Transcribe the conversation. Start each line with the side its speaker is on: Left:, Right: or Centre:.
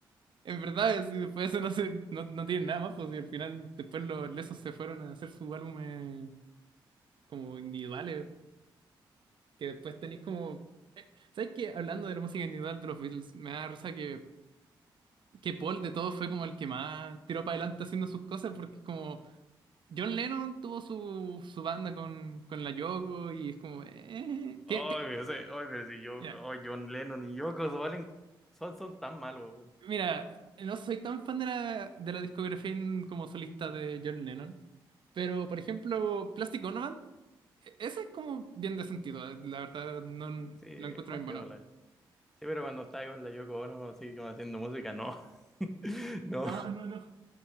Right: En verdad, es- después de eso no, se, no, no tienen nada más, pues y al final después los lesos se fueron a hacer su álbum eh, como individuales. Que después tenéis como. eh, ¿Sabes qué? Hablando de la música individual de los Beatles, me da risa que, que Paul de todos fue como el que más tiró para adelante haciendo sus cosas, porque como John Lennon tuvo su, su banda con, con la Yoko y es como. eh, tie-
Centre: Ay,
Right: tie-
Centre: pero sí, ay, pero si yo,
Right: mira,
Centre: ay, John Lennon y Yoko Valen son, son tan malos, weón.
Right: mira, no soy tan fan de la, de la discografía en- como solista de John Lennon, pero por ejemplo, Plastic Ono Band, e- esa es como bien de sentido, eh, la verdad, no
Centre: Sí,
Right: lo encuentro
Centre: más
Right: bien
Centre: piola.
Right: bueno.
Centre: Sí, pero cuando estaba con la Yoko Ono, así como haciendo música, no. <laughs> No.
Right: No, no, no.